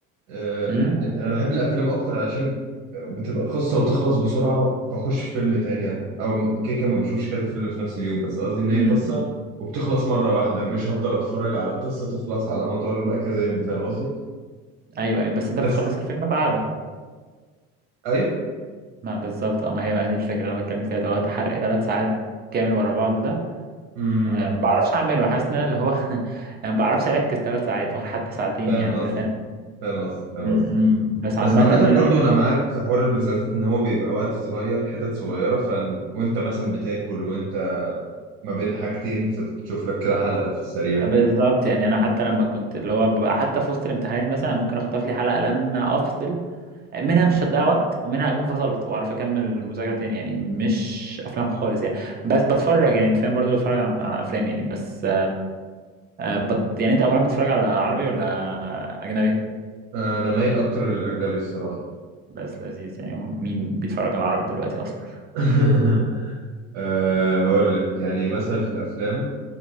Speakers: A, on the right (about 85°); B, on the right (about 30°).
A: آه،
B: امم
A: انا بحب الافلام اكتر علشان بتبقى قصه وتخلص بسرعه فاخش في فيلم تاني او او كده كده ما بشوفش كذا فيلم في نفس اليوم بس قصدي ان هي
B: أمم.
A: قصه وبتخلص مره واحده مش هفضل اتفرج على قصه تخلص على مدار بقى كذا يوم فاهم قصدي
B: ايوه ايوه بس انت بتخلص
A: بس
B: الفيلم في قعده
A: اي
B: ما بالظبط اه ما هي بقى دي الفكرة اللي انا بتكلم فيها دلوقتي حرق ثلاث ساعات كامل ورا بعض ده
A: امم
B: أه ما بعرفش اعمله حاسس ان انا اللي هو <laughs> ما بعرفش اركز ثلاث ساعات ولا حتى ساعتين
A: فاهم
B: يعني
A: قصدك
B: انت فاهم
A: فاهم قصدك فاهم
B: م-
A: قصدك
B: م- بس
A: بس
B: عامة
A: عامة
B: يعني
A: برضو أنا معاك في حوار المسلسلات إن هو بيبقى وقت صغير حتت صغيرة ف... وأنت مثلا بتاكل وأنت ما بين حاجتين فتشوف لك كده حلقة في السريع
B: آه، بالظبط يعني انا حتى لما كنت اللي هو ببقى حتى في وسط الامتحانات مثلا ممكن اخطف لي حلقة لما افصل منها مش هتضيع وقت ومنها اكون فصلت واعرف اكمل المذاكرة تاني يعني مش افلام خالص يعني بس بتفرج يعني انت فاهم برضه بتفرج على على افلام يعني بس أه بت يعني انت اولا بتتفرج على عربي ولا اجنبي؟
A: انا مايل اكتر للاجنبي الصراحه
B: بس لذيذ يعني هم- مين بيتفرج على العربي دلوقتي اصلا
A: <laughs> أه هقول لك يعني مثلا في الافلام